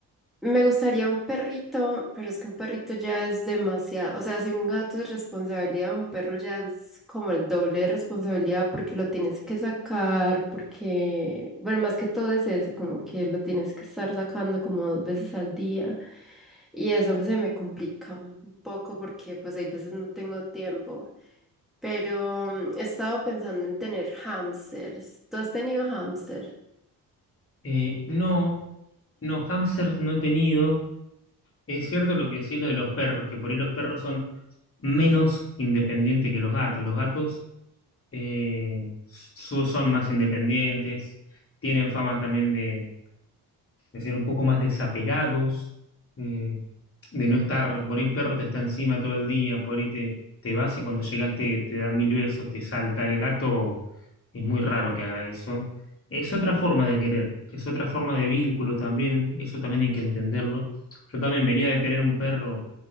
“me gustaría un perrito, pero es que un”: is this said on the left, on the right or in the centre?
Centre